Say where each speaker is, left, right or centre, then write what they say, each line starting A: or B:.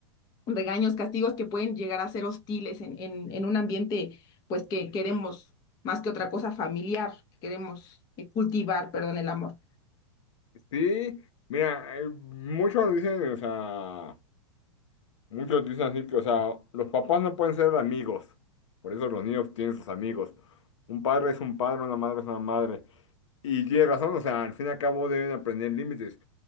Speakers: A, on the left; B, on the left.
A: regaños, castigos que pueden llegar a ser hostiles en, en, en un ambiente, pues que queremos más que otra cosa familiar, que queremos eh, cultivar, perdón, el amor.
B: Sí, mira, eh, muchos dicen, o sea, muchos dicen así que, o sea, los papás no pueden ser amigos, por eso los niños tienen sus amigos. Un padre es un padre, una madre es una madre. Y tiene razón, o sea, al fin y al cabo deben aprender límites.